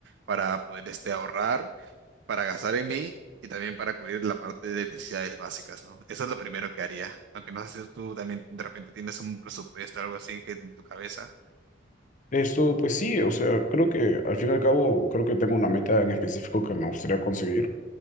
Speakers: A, on the right; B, on the left.
A: para poder, este, ahorrar para gastar en mí y también para cubrir la parte de necesidades básicas, ¿no? Eso es lo primero que haría, aunque no sé si tú también de repente tienes un presupuesto o algo así que en tu cabeza.
B: Esto, pues sí, o sea, creo que al fin y al cabo, creo que tengo una meta en específico que me gustaría conseguir.